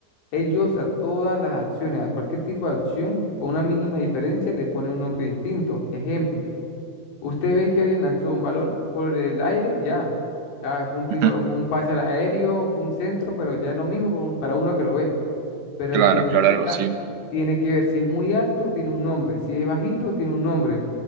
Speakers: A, on the left (about 80°); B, on the right (about 65°).
A: ellos a todas las acciones, a cualquier tipo de acción, con una mínima diferencia, le ponen un nombre distinto. Ejemplo, usted ve que alguien lanzó un balón por el aire, y ya, ya fue un tiro,
B: <laughs>
A: fue un pase al aéreo, fue un centro, pero ya es lo mismo con- para uno que lo ve pero
B: Claro,
A: el que etiqueta
B: claro, algo simple.
A: tiene que ver si es muy alto, tiene un nombre, si es bajito, tiene un nombre.